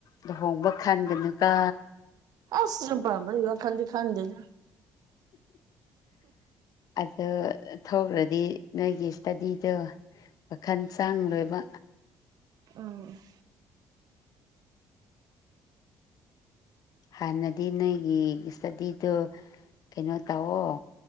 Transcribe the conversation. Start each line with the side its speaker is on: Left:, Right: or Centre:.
Left: ꯂꯨꯍꯣꯡꯕ ꯈꯟꯒꯅꯨꯀ
Right: ꯑꯁ ꯌꯨꯝ ꯄꯟꯕꯒꯤ ꯋꯥ ꯈꯗꯤ ꯈꯥꯟꯗꯦꯅꯦ
Left: ꯑꯗꯣ ꯊꯧꯈ꯭ꯔꯗꯤ ꯅꯣꯏꯒꯤ ꯏꯁꯇꯗꯤꯗꯣ ꯋꯥꯈꯜ ꯆꯥꯡ ꯂꯣꯏꯕ
Right: ꯑꯝ
Left: ꯍꯥꯟꯅꯗꯤ ꯅꯣꯏꯒꯤ ꯁꯇꯗꯤꯗꯣ ꯀꯩꯅꯣ ꯇꯧꯑꯣ